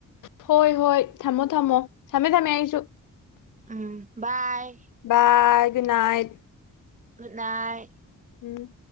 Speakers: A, on the left (about 70°); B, on the right (about 25°).
A: ꯍꯣꯏ ꯍꯣꯏ ꯊꯝꯃꯣ ꯊꯝꯃꯣ ꯊꯝꯃꯦ ꯊꯝꯃꯦ ꯑꯩꯁꯨ
B: um bye
A: bye good night
B: good night
A: ꯎꯝ